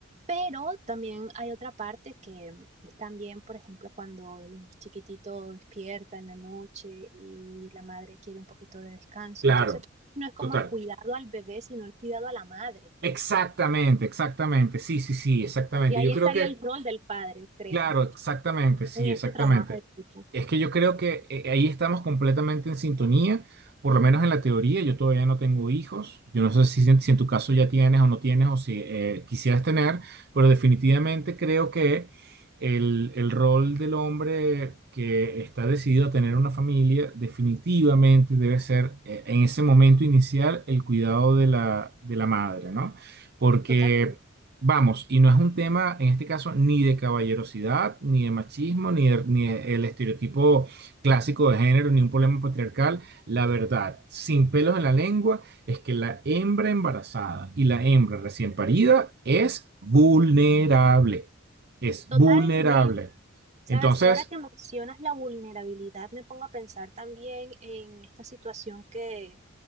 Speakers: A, on the right; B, on the right.
A: pero también hay otra parte que mm, es también, por ejemplo, cuando el chiquitito despierta en la noche y la madre quiere un poquito de descanso,
B: claro,
A: entonces no es como
B: total.
A: el cuidado al bebé, sino el cuidado a la madre.
B: Exactamente, exactamente, sí, sí, sí, exactamente.
A: Y ahí
B: Yo creo
A: estaría
B: que
A: el rol del padre, creo,
B: Claro, exactamente, sí,
A: en este
B: exactamente.
A: trabajo de equipo.
B: Es que yo creo que eh, ahí estamos completamente en sintonía, por lo menos en la teoría. Yo todavía no tengo hijos. Yo no sé si, en si en tu caso ya tienes o no tienes o si eh, quisieras tener, pero definitivamente creo que el, el rol del hombre que está decidido a tener una familia definitivamente debe ser eh, en ese momento inicial el cuidado de la, de la madre, ¿no? Porque...
A: Totalmente.
B: Vamos, y no es un tema, en este caso, ni de caballerosidad, ni de machismo, ni, de- ni de- el estereotipo clásico de género, ni un problema patriarcal. La verdad, sin pelos en la lengua, es que la hembra embarazada y la hembra recién parida es vulnerable. Es
A: Totalmente.
B: vulnerable.
A: Sabes,
B: Entonces,
A: ahora que mencionas la vulnerabilidad, me pongo a pensar también en esta situación que,